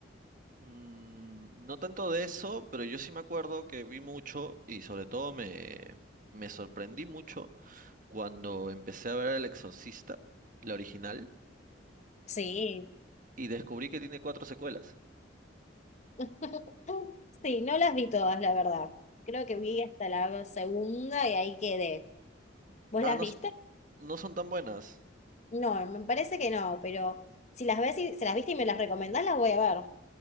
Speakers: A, on the right; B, on the left.
A: Mm, no tanto de eso, pero yo sí me acuerdo que vi mucho y sobre todo me, me sorprendí mucho cuando empecé a ver El Exorcista, la original,
B: Sí.
A: y descubrí que tiene cuatro secuelas.
B: <laughs> Sí, no las vi todas, la verdad. Creo que vi hasta la segunda y ahí quedé. ¿Vos
A: Ah,
B: las
A: no,
B: viste?
A: s- no son tan buenas.
B: No, me parece que no, pero si las ves y, si las viste y me las recomendás, las voy a ver.